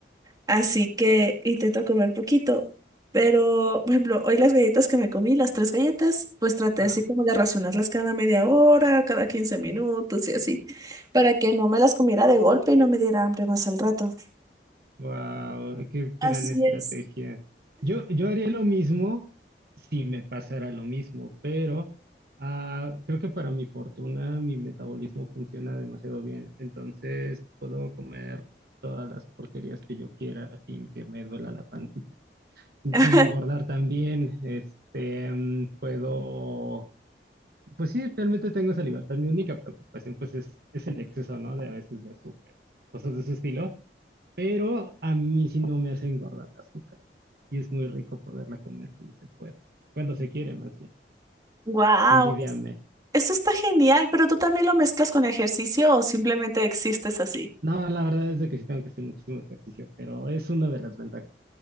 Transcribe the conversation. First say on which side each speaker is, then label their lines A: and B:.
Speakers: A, on the right; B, on the right.
A: Así que intento comer poquito. Pero, por ejemplo, hoy las galletas que me comí, las tres galletas, pues traté
B: ah,
A: así como de racionarlas cada media hora, cada 15 minutos y así, para que no me las comiera de golpe y no me diera hambre más al rato.
B: wow, qué
A: Así
B: gran estrategia.
A: es.
B: Yo, yo haría lo mismo si me pasara lo mismo, pero ah, creo que para mi fortuna mi metabolismo funciona demasiado bien, entonces puedo comer todas las porquerías que yo quiera sin que me duela la pancita.
A: <laughs>
B: Sin engordar también, este, mm, puedo Pues sí, realmente tengo esa libertad. Mi única preocupación, pues, es, es el exceso, ¿no? De a veces de azúcar, cosas de ese estilo. Pero a mí sí no me hace engordar el azúcar. Y es muy rico poderla comer cuando se puede. Cuando se quiere, más bien.
A: Wow,
B: Envidiame.
A: eso está genial, pero tú también lo mezclas con ejercicio o simplemente existes así.
B: No, la verdad es de que sí tengo que hacer muchísimo ejercicio, pero es una de las ventajas.